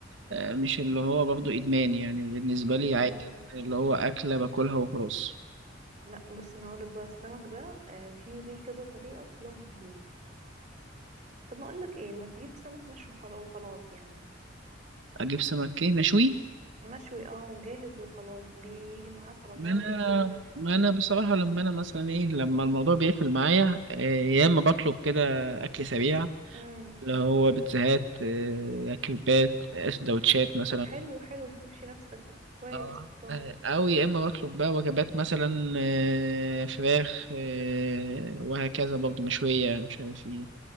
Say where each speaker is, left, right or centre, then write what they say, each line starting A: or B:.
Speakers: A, on the right; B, on the right.
A: آه، مش اللي هو برضه إدمان يعني بالنسبة لي
B: م
A: عادي اللي هو أكلة باكلها وخلاص
B: لا بص انا هقولك بقى السمك ده آه، في ليه كذا طريقة وكلهم سهلين طب ما اقولك ايه ما تجيب سمك مشوي وخلا- وخلاص يعني
A: أجيب سمك إيه مشوي
B: مشوي اه وجاهز وخلاص بيجي معاه سلطات
A: ما أنا
B: وكله تمام
A: ما أنا بصراحة لما أنا مثلا إيه لما الموضوع بيقفل معايا آه، يا إما بطلب كده أكل سريع
B: م.
A: اللي هو بيتزاهات آه، كريبات آه، سندوتشات مثلا
B: طب حلو حلو بتمشي نفسك كويس
A: اه
B: برافو
A: آه، أو يا إما بطلب بقى وجبات مثلا آه، فراخ آه، وهكذا برضه مشوية مش عارف إيه